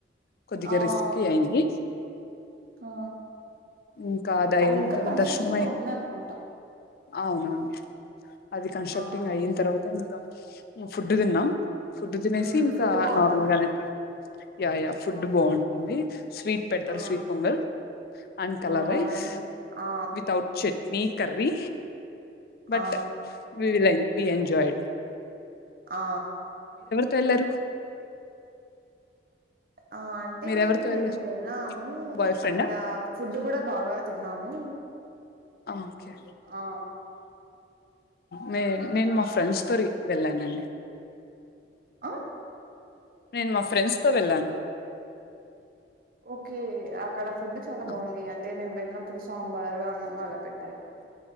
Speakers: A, on the left (about 55°); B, on the right (about 55°).
A: కొద్దిగా
B: ఆ
A: రిస్కీ
B: అవును
A: అయింది.
B: ఆ
A: ఇంకా దయ్
B: అది ఇంకా కన్స్ట్రక్షన్
A: దర్శనం
B: లో ఉందనుకుంటా
A: అవునండి అది కన్స్ట్రక్టింగ్
B: ఆ
A: అయిన తర్వాత ఇంక ఫుడ్ డ్ తిన్నా ఫుడ్ తినేసి
B: హ్మ్
A: ఇంకా
B: ఫుడ్ బాగుంది
A: నార్మల్
B: అక్కడ
A: గానే ట్రై యా యా ఫుడ్ బాగుంటుంది స్వీట్ పెట్తర్,
B: ఆ
A: స్వీట్ పొంగల్ అండ్ కలర్
B: ఆ
A: రైస్,
B: ఇం ఆ
A: వితౌట్ చట్నీ కర్రీ బట్
B: ఆ
A: వీ విల్ వి ఎంజాయిడ్
B: ఆ
A: తెల్లారు
B: ఆ అంటే
A: మీరెవరితో
B: మేము
A: వెళ్లారు
B: వెళ్ళాము,
A: బాయ్ ఫ్రెండా
B: అక్కడ ఫుడ్ కూడా బాగా తిన్నాము
A: ఓకే
B: ఆ
A: నే నేను
B: ఆ
A: మా ఫ్రెండ్స్ తోరి వెళ్ళానండి
B: ఆ
A: నేను మా ఫ్రెండ్స్ తో వెళ్ళాను
B: ఓకే అక్కడ ఫుడ్ చాల
A: ఆ
B: బాగుంది అంటే మేం ళ్లినప్పుడు సాబారు, అన్నం అలా పెట్టారు